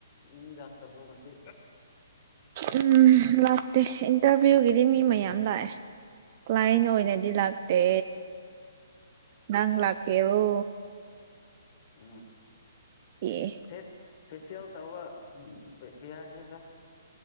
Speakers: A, on the left; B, on the right.
A: ꯃꯤ ꯂꯥꯛꯇꯕꯣ ꯉꯁꯤ꯫
B: ꯎꯝ ꯂꯥꯛꯇꯦ ꯏꯟꯇꯔꯚꯤꯌꯨꯒꯤꯗꯤ ꯃꯤ ꯃꯌꯥꯝ ꯂꯥꯛꯑꯦ꯫ ꯀ꯭ꯂꯥꯏꯟ ꯑꯣꯏꯅꯗꯤ ꯂꯥꯛꯇꯦ ꯅꯪ ꯂꯥꯛꯀꯦꯔꯣ꯫
A: ꯎꯝ
B: ꯑꯦ
A: ꯐꯦꯁ ꯐꯦꯁꯤꯌꯦꯜ ꯇꯧꯕ ꯀꯥꯌꯥꯅꯦꯕ